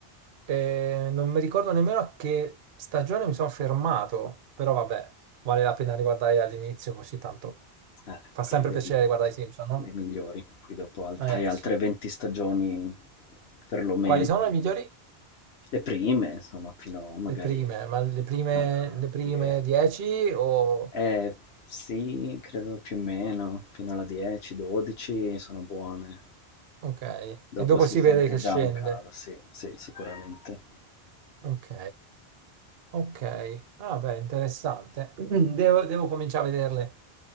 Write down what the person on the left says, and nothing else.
eh,
così
vedi
le migliori, poi dopo alt
hai altre
20 stagioni perlomeno,
le prime insomma fino magari
fino alla
die
Eh, sì, credo più o meno, fino alla 10-12 sono buone.
Dopo
si
sente
già
un calo, sì, sì, sicuramente.